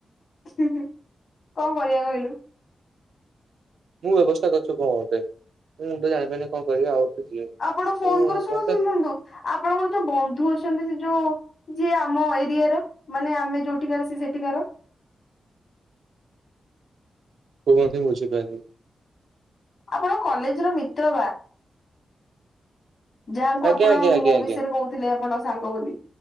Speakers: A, on the left; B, on the right.
A: କଣ କରିବା କହିଲୁ।
B: ମୁଁ ବ୍ୟବସ୍ଥା କରୁଛି କଣ ଗୋଟେ ମୁଁ ତ ଜାଣିପାରୁନି କଣ କରିବା ଆଉ। ଯିଏ
A: ଆପଣ ଫୋନ
B: ମୁଁ
A: କର ଶୁଣ
B: ମତେ
A: ଶୁନ୍ତୁ ଆପଣଙ୍କର ଯୋଉ ବନ୍ଧୁ ଅଛନ୍ତି ସେ ଯୋଉ। ଯିଏ ଆମ ଏରିଆ ର ମାନେ ଆମେ ଯୋଉଠିକାର ସେ ସେଠିକାର।
B: <inaudible>
A: ଆପଣଙ୍କ କଲେଜ ର ମିତ୍ର ବା। ଯାହାଙ୍କୁ
B: ଆଜ୍ଞା
A: ଆପଣ
B: ଆଜ୍ଞା
A: ମୋ
B: ଆଜ୍ଞା ଆଜ୍ଞା
A: ବିଷୟରେ କହୁଥିଲେ ଆପଣଙ୍କ ସାଙ୍ଗ ବୋଲି